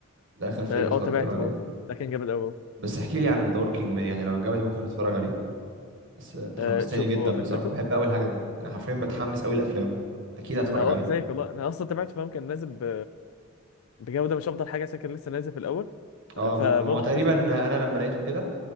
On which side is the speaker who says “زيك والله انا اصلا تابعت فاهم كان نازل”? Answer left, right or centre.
Left